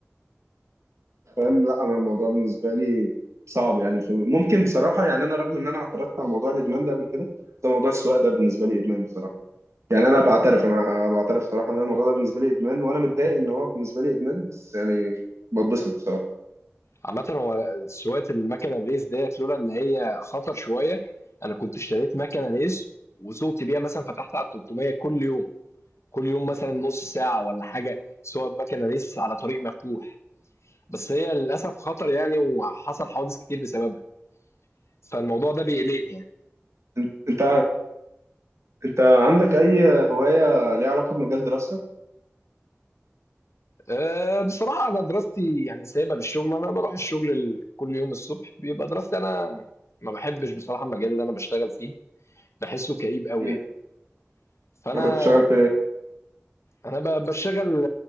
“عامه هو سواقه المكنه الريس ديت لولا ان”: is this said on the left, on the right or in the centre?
Left